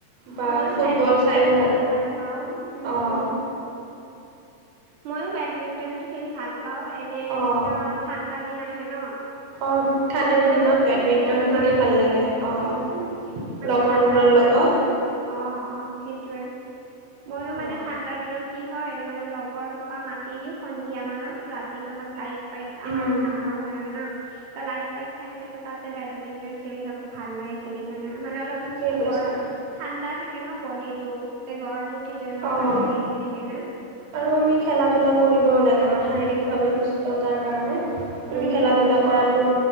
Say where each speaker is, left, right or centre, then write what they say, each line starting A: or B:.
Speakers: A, on the right (about 60°); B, on the right (about 75°).
A: বা
B: মইয়ো
A: ফুটবল
B: বেডমিণ্টন
A: চাইও
B: খেলি ভাল পাওঁ। উম,
A: অঁ
B: উম। মইয়ো বেডমিন্টনটো খেলি ভাল পাওঁ। এনে,
A: অঁ
B: যেতিয়া, ঠাণ্ডা দিন আহে, ন'।
A: অঁ ঠাণ্ডাৰ
B: ৰ'দতটো
A: দিনত বেডমিণ্টন
B: খেলিব নোৱাৰি।
A: খেলি ভাল লাগে
B: এ,
A: অঁ
B: উম, উম। মানে,
A: লগৰবোৰৰ
B: ঠাণ্ডা দিন
A: লগত
B: আহিলে। অ' অ'! সেইটোৱে, মইয়ো
A: অঁ
B: মানে, ঠাণ্ডা দিনত কি হয়, মানে, লগৰ সোপা মাতি দিওঁ, সন্ধিয়া মানত, ৰাতি মানত। লাইট-পাইট আমাৰ
A: উম
B: এইটো ডাঙৰ হয়। অ'! ন', ত' লাইট লাইট থাকেতো। তাতে, বেডমিণ্টন খেলি থাকোঁ, ভাল লাগে খেলি। খেলি কাৰণে, মানে, অলপ
A: ঠিকেই কৈছা
B: গৰম, ঠাণ্ডা থাকে ন' বডিটো। তেতিয়া, গৰম উঠি যায়। ইমান
A: অঁ
B: ভাল লাগে, খেলি কেনে।
A: আৰু আমি, খেলা-ধূলা কৰিবও লাগে। আমাৰ, শাৰীৰিকভাৱে সুস্থতাৰ কাৰণে। আমি,
B: উম
A: খেলা-
B: উম
A: ধূলা কৰাটো